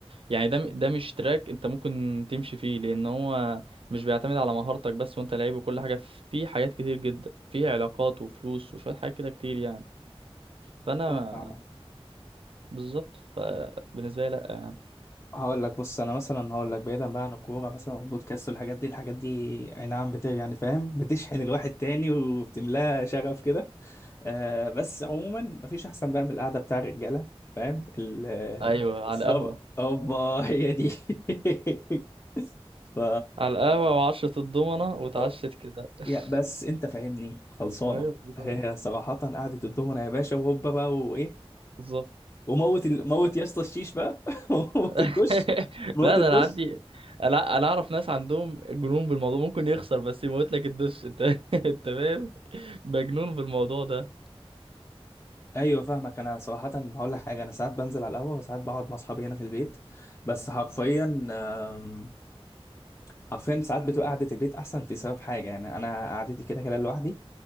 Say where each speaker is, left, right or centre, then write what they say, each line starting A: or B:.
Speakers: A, on the right (about 60°); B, on the left (about 25°).
A: يعني ده م- ده مش تراك انت ممكن تمشي فيه لان هو مش بيعتمد على مهارتك بس وانت لعيب وكل حاجة فيه حاجات كتير جدا فيه علاقات وفلوس وشوية حاجات كده كتير يعني فانا
B: اه فاهمة
A: بالظبط فبالنسبة لي لا يعني
B: هقول لك بص انا مثلا هقول لك بعيدا بقى عن الكوره مثلا والبودكاست والحاجات دي الحاجات دي اي نعم بت يعني فاهم بتشحن الواحد تاني وبتملاه شغف كده آه بس عموما مفيش احسن بقى من القعده بتاع الرجاله فاهم ال- <laughs> آه،
A: ايوه
B: الصبر
A: على القهوه
B: اوبا هي دي <laughs> ف
A: على القهوه وعشره الضمنه واتعشت
B: أو-
A: كده <laughs>
B: يا بس انت فاهمني خلصانه
A: ايوه والله،
B: هي صراحه قعده الدومنه يا باشا وهوبا بقى وايه
A: بالظبط
B: وموت ال... موت يا اسطى الشيش بقى <laughs> موت
A: <laughs>
B: الدش موت
A: لا
B: الدش
A: ده انا عندي انا انا اعرف ناس عندهم جنون بالموضوع ممكن يخسر بس يموت لك الدش انت <laughs> انت فاهم مجنون بالموضوع ده
B: ايوه فاهمك انا صراحه هقول لك حاجه انا ساعات بنزل على القهوه وساعات بقعد مع اصحابي هنا في البيت بس حرفيا آم، حرفيا ساعات بتبقى قعده البيت احسن في سبب حاجه يعني انا قعدتي كده كده لوحدي